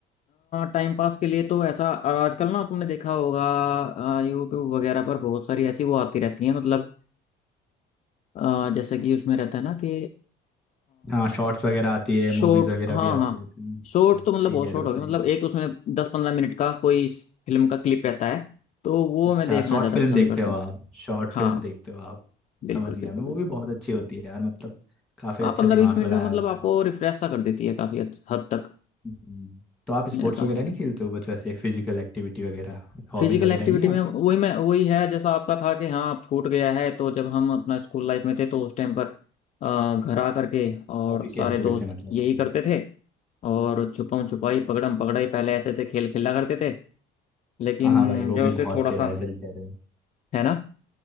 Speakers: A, on the left; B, in the centre.
A: टाइम पास के लिए तो ऐसा अ, आजकल ना तुमने देखा होगा यूट्यूब वगैरह पर बहुत सारी ऐसी वो आती रहती है मतलब अ, जैसे कि उसमें रहता है ना कि
B: हाँ शॉर्ट्स वगैरह आती है
A: शॉर्ट
B: मूवीज वगैरह
A: हाँ
B: भी आती
A: हाँ
B: रहती हैं
A: शॉर्ट
B: हाँ,
A: तो मतलब
B: सही
A: बहुत
B: कह
A: शॉर्ट
B: रहे हो सही
A: हो गया मतलब
B: कह रहे हो
A: एक उसमें दस पंद्रह मिनट का कोई फिल्म का क्लिप रहता है तो वो
B: अच्छा
A: मैं देखना
B: शॉर्ट
A: ज़्यादा
B: फिल्म
A: पसंद
B: देखते
A: करता
B: हो
A: हूँ
B: आप शॉर्ट
A: हाँ
B: फिल्म देखते हो आप
A: बिल्कुल
B: समझ गया
A: बिल्कुल
B: मैं वो
A: बिल्कुल
B: भी बहुत अच्छी होती है यार मतलब काफी
A: हाँ
B: अच्छा
A: पंद्रह
B: दिमाग
A: बीस मिनट
B: लगाया
A: में मतलब
B: होता
A: आपको
B: है
A: रिफ्रेश सा कर देती है काफ़ी हद हद तक
B: हम्म। तो आप स्पोर्ट्स
A: ऐसा
B: वगैरह
A: मुझे लगता
B: नहीं खेलते
A: है
B: हो बस वैसे फिजिकल एक्टिविटी वगैरह हॉबीज
A: फिजिकल
B: वगैरह
A: एक्टिविटी
B: नहीं है
A: में
B: आपकी
A: वही मैं वही है जैसा आपका था कि हाँ आप छूट गया है तो जब हम अपना स्कूल लाइफ में थे तो उस टाइम पर अ, घर आ करके और
B: काफी
A: सारे
B: खेल चुके
A: दोस्त
B: थे मतलब
A: यही
B: हम्म।
A: करते थे और छुपम छुपाई पकड़म पकड़ाई पहले ऐसे ऐसे खेल खेला करते थे लेकिन
B: हाँ हाँ भाई वो
A: जो
B: भी
A: उसे
B: बहुत
A: थोड़ा
B: खेला
A: सा
B: है सही कह रहे हो
A: है ना